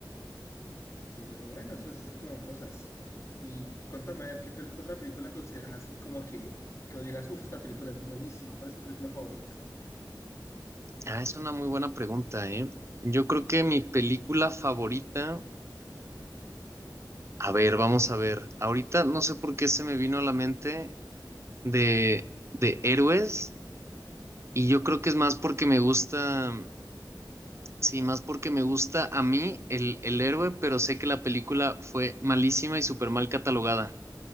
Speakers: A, on the left (about 40°); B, on the right (about 35°).
A: Sí, pero bueno, eso es como cosas. Y cuéntame a ver, ¿qué, pel- qué otra película consideras así como que, que vos digas, uff, esta película es buenísima? ¿Cuál es tu película favorita?
B: Ah, es una muy buena pregunta, ¿eh? Yo creo que mi película favorita, a ver, vamos a ver, ahorita no sé por qué se me vino a la mente. de, de héroes y yo creo que es más porque me gusta, sí, más porque me gusta a mí el, el héroe, pero sé que la película fue malísima y súper mal catalogada.